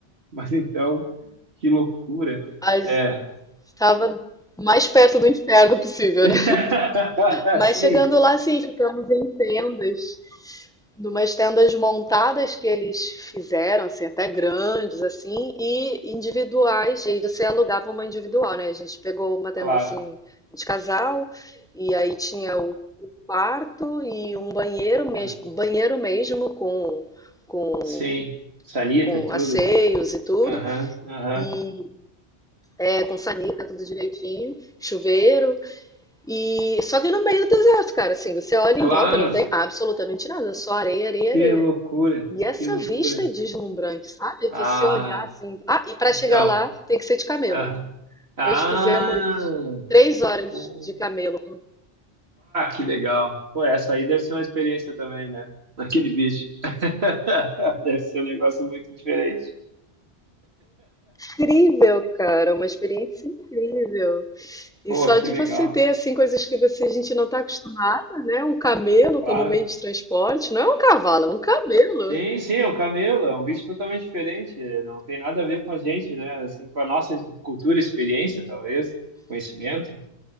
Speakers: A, on the right (about 65°); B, in the centre.
A: Mas então, que loucura.
B: Mas
A: É.
B: estava mais perto do inferno possível,
A: <laughs>
B: né? Mas
A: Sim,
B: chegando lá, sim, ficamos em tendas, numas tendas montadas que eles fizeram, assim, até grandes, assim, e individuais. E aí você alugava uma individual, né? A gente pegou uma tenda,
A: claro.
B: assim, de casal, e aí tinha o quarto e um banheiro mesmo,
A: Aham.
B: banheiro mesmo com com,
A: Sim, Sanita
B: com
A: e tudo.
B: asseios e tudo,
A: Aham, aham.
B: e é com sanita, tudo direitinho, chuveiro, e só que no meio do deserto, cara, assim, você olha
A: Claro,
B: em volta, não tem absolutamente nada, só areia, areia,
A: que
B: areia.
A: loucura,
B: E essa
A: que loucura.
B: vista é deslumbrante, sabe?
A: Ah,
B: Você olhar assim, ah, e para
A: então.
B: chegar lá tem que ser de camelo.
A: aham. Ah,
B: Nós fizemos três horas
A: opa,
B: de camelo.
A: que legal. Pô, essa aí deve ser uma experiência também, né? Aquele bicho. <laughs> Deve ser um negócio muito diferente.
B: Incrível, cara, uma experiência incrível. E
A: Pô,
B: só
A: que
B: de
A: legal.
B: você ter assim coisas que você, a gente não está acostumada, né? Um camelo
A: Claro.
B: como meio de transporte, não é um cavalo, é um camelo.
A: Sim, sim, o camelo é um bicho totalmente diferente, eh, não tem nada a ver com a gente, né? Assim, com a nossa cultura, experiência, talvez, conhecimento.